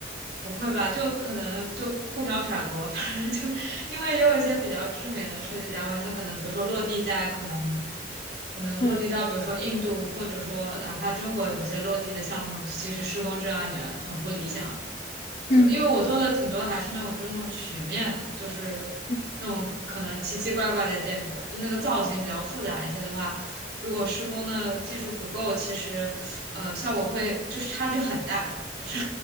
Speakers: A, on the right; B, on the left.
A: 不会吧，就可能就互相甩锅，<laughs> 反正就因为也有一些比较知名的设计单位，它可能比如说落地在可能。可能落地到，
B: 嗯
A: 比如说印度，或者说哪怕中国有些落地的项目，其实施工质量也很不理想。就因为我做的挺多还是那种就是那种曲面的，
B: 嗯
A: 就是
B: 嗯，
A: 那种可能奇奇怪怪的建筑吧，就那个造型比较复杂一些的话，如果施工的技术不够，其实呃效果会就是差距很大的，就是